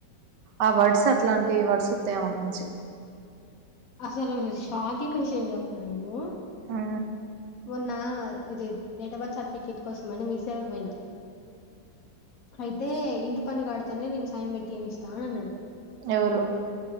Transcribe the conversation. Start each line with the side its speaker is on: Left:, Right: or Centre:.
Right: ఆ వర్డ్స్ అట్లాంటి వర్డ్స్ ఒతాయి ఆమ కాంచి
Left: అసలు ఒక షాకింగ్ విషయం చెప్పలా నేను
Right: ఆ
Left: మొన్న ఇది డేట్ ఆఫ్ బర్త్ సర్టిఫికేట్ కోసం అని మీ సేవకు పోయినా అయితే ఇంటి పన్ను కడితేనే నేను సైన్ పెట్టియనిస్తా అని అన్నాడు
Right: ఎవరు